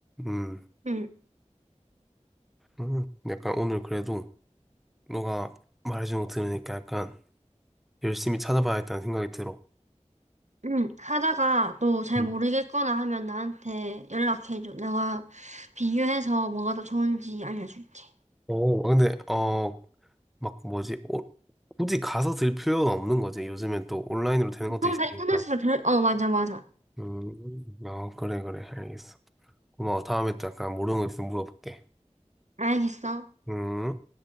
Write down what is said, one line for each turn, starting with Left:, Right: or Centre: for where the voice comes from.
Centre: 음,
Right: 응,
Centre: 음, 약간 오늘 그래도 너가 말해주는 거 들으니까 약간 열심히 찾아봐야겠다는 생각이 들어.
Right: 응. 하다가 또 잘
Centre: 음.
Right: 모르겠거나 하면 나한테 연락해줘. 내가 비교해서 뭐가 더 좋은지 알려줄게.
Centre: 오, 아, 근데 어, 막 뭐지? 오, 굳이 가서 들 필요는 없는 거지. 요즘엔 또 온라인으로 되는 것도
Right: 형,
Centre: 있으니까.
Right: 다 인터넷으로 별, 어, 맞아, 맞아.
Centre: 음, 아, 그래, 그래. 알겠어. 고마워. 다음에 또 약간 모르는 거 있으면 물어볼게.
Right: 알겠어.
Centre: 음.